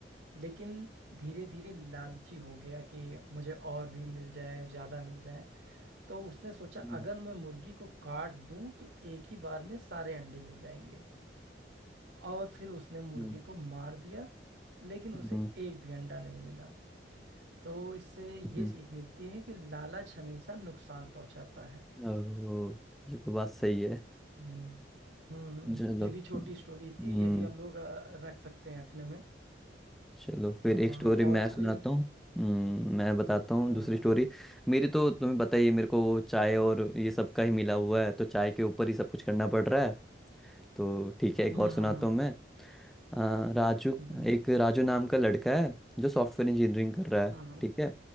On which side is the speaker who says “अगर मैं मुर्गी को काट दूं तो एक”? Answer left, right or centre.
Right